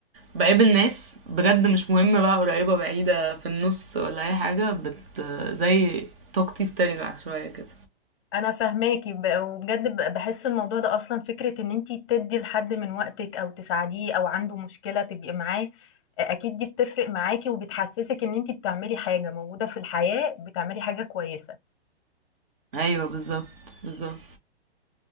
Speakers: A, on the right; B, on the left.
A: باقابل ناس بجد مش مهم بقى قريبة بعيدة في النص ولا أي حاجة بت زي طاقتي بترجع شوية كده
B: أنا فاهماكِ ب وبجد ب باحس الموضوع ده أصلًا فكرة إن أنتِ تدّي لحد من وقتِك أو تساعديه أو عنده مشكلة تبقي معاه، أ أكيد دي بتفرق معاكِ وبتحسسِك إن أنتِ بتعملي حاجة موجودة في الحياة، بتعملي حاجة كويسة،
A: أيوه بالظبط بالظبط